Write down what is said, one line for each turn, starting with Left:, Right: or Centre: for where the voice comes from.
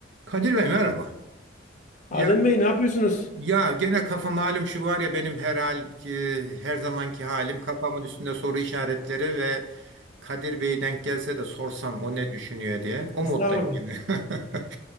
Right: Kadir Bey merhaba.
Left: Adem
Right: Ya
Left: Bey ne yapıyorsunuz?
Right: ya gene kafa malum şu var ya benim her hal ki- her zamanki halim kafamın üstünde soru işaretleri ve Kadir Bey denk gelse de sorsam o ne düşünüyor diye. O
Left: Estağfurullah.
Right: moddayım yine. <laughs>